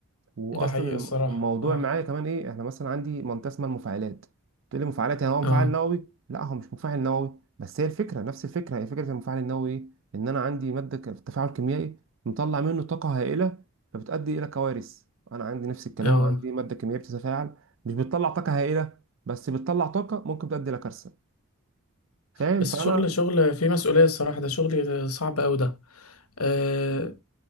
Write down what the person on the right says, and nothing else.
واصلا
الم-
الموضوع
معايا كمان ايه احنا مثلا عندي منطقه اسمها المفاعلات تقول لي مفاعلات يعني هو مفاعل
نووي لا هو مش مفاعل نووي بس هي الفكره نفس الفكره هي فكره المفاعل النووي ايه ان انا عندي ماده ك- تفاعل كيميائي مطلع منه طاقه هائله فبتؤدي الى كوارث انا عندي نفس الكلام
عندي ماده كيميائيه بتتفاعل مش بتطلع طاقه هائله بس بتطلع طاقه ممكن تؤدي الى كارثه فاهم
فانا